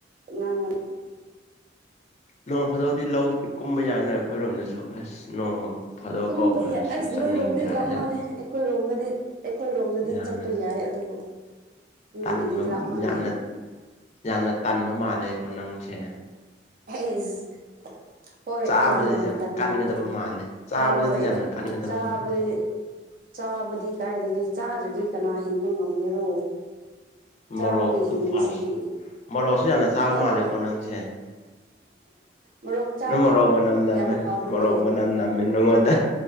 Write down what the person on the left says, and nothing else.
ꯅꯣꯡ ꯐꯥꯗꯣꯛꯇꯤ ꯂꯧ ꯀꯨꯝꯕ ꯌꯥꯏꯅ ꯑꯩꯈꯣꯏꯔꯣꯝꯗꯁꯨ ꯑꯁ ꯅꯣꯡꯃ ꯐꯥꯗꯣꯛ
ꯀꯧꯈ꯭ꯔꯁꯨ
ꯆꯠꯅꯤꯡꯗꯦ
ꯍꯥꯏ
ꯌꯥꯝ
ꯌꯥꯝꯅ
ꯇꯟꯕ
ꯌꯥꯝꯅ ꯌꯥꯝꯅ ꯇꯟꯕ ꯃꯥꯜꯂꯦꯀꯣ ꯅꯪꯁꯦ
ꯆꯥꯕꯗꯗꯤ
ꯀꯟꯒꯗꯕ ꯃꯥꯜꯂꯦ ꯆꯥꯕꯗꯗꯤ
ꯌꯥꯝꯅ ꯀꯟꯒꯗꯕ
ꯃꯥꯜꯂꯦ
ꯃꯣꯔꯣꯛꯇꯣ
ꯐꯥꯔꯁ ꯃꯣꯔꯣꯛꯁꯨ ꯌꯥꯝꯅ ꯆꯥꯕ
ꯃꯥꯜꯂꯦꯀꯣ ꯅꯪꯁꯦ
ꯅꯪ ꯃꯔꯣꯛ ꯃꯅꯝ ꯅꯝꯃꯦ
ꯃꯔꯣꯛ ꯃꯅꯝ ꯅꯝꯃꯦ ꯅꯉꯣꯟꯗ